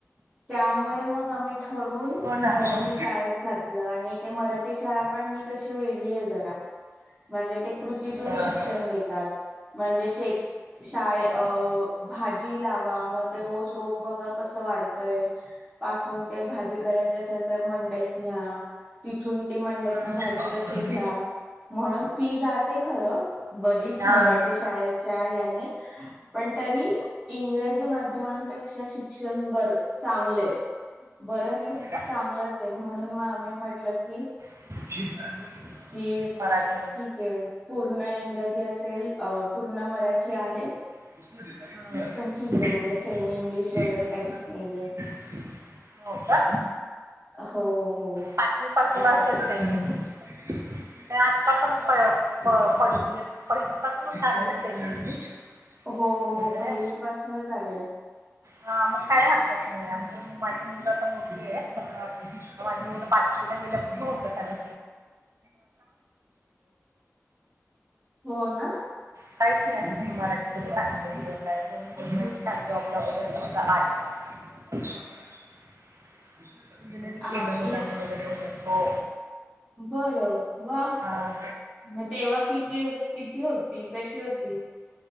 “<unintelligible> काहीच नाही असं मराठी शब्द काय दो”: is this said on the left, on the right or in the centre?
Right